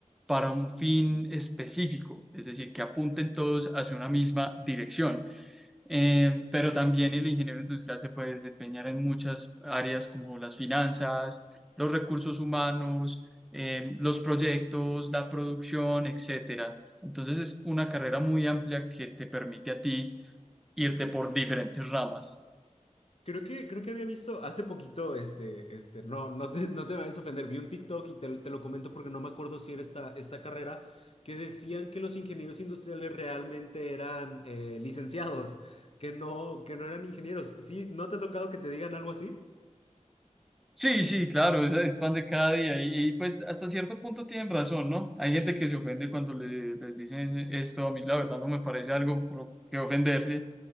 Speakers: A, in the centre; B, on the left.
A: para un fin específico, es decir, que apunten todos hacia una misma dirección. Eh, pero también el ingeniero industrial se puede desempeñar en muchas áreas como las finanzas, los recursos humanos, eh, los proyectos, la producción, etcétera. Entonces es una carrera muy amplia que te permite a ti irte por diferentes ramas.
B: Creo que, creo que había visto hace poquito, este, este, no, no te, no te vayas a ofender, vi un TikTok y te, te lo comento porque no me acuerdo si era esta, esta carrera, que decían que los ingenieros industriales realmente eran eh, licenciados, que no, que no eran ingenieros. ¿Sí? ¿No te ha tocado que te digan algo así?
A: Sí, sí, claro, es, es pan de cada día y, y, pues hasta cierto punto tienen razón, ¿no? Hay gente que se ofende cuando le- les dicen esto, a mí la verdad no me parece algo por lo que ofenderse.